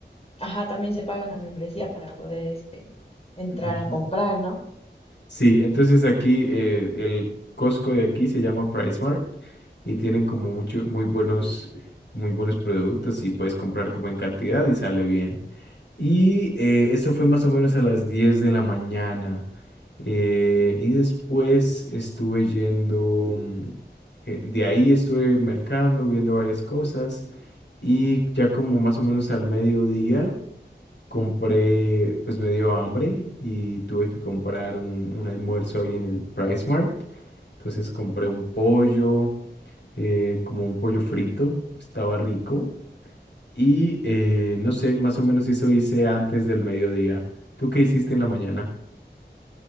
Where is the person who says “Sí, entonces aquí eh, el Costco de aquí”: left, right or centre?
Left